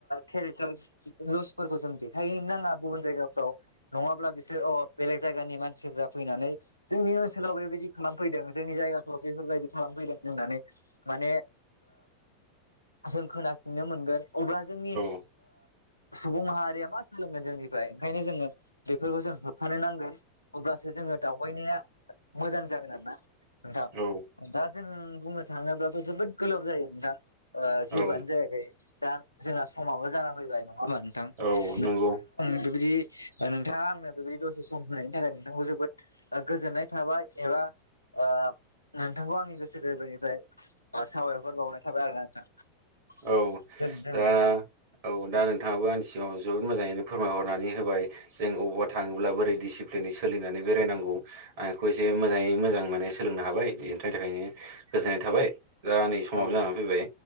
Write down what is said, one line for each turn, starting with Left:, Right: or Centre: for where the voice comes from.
Left: केरेक्टार खौ लसफोरखौ देखाय हैनो नङा गुबुन जायगाफ्राव नङाब्ला बिसोर बेलेग जायगानि मानसिफ्रा फैनानै जोंनि ओनसोलाव बेबायदि खालाम फैदों जोंनि जायगाफ्राव बेफोरबायदि खालामफैदों होननानै माने जों खोनाफिननो मोनगोन अब्ला जोंनि
Right: औ
Left: सुबुं माहारिया मा सोंलोंगोन जोंनि फ्रायनो जोङो बेफोरखौ जों होबथानो नांगोन अब्लासो जोङो दावनाया मोजां जागोन आरोना नोंथां
Right: औ
Left: दा जों बुंनो थाङोबाबो जोबोद गोलाव जायो दा जेबोआनो
Right: औ
Left: जायाखै दा जोंहा समाबो जाना फैबाय नङा होमबा नोंथां
Right: औ नंगौ
Left: नों आङो बेबायदि नोंथाङा आंनो बेबायदि दसे सम होनायनि थाखाय नोंथांखौ जोबोद गोजोननाय थाबाय एबा ओ नोंथांखौ आंनि गोसो गोरबोनिफ्राय सावाय हर बावनाय थाबाय आरो ना नोंथां
Right: औ
Left: गोजोन्थों नोंथां।
Right: दा औ दा नोंथाङाबो आंनि सिङाव जोबोद मोजाङैनो फोरमायहरनानै होबाय जों अबावबा थाङोब्ला बोरै डिसिप्लिनै सोलिनानै बेरायनांगौ आं बेखौ एसे बे मोजाङै मोजां माने सोलोंनो हाबाय बेनि थाखायनो गोजोननाय थाबाय दा नै समाव
Left: औ
Right: जानानै फैबाय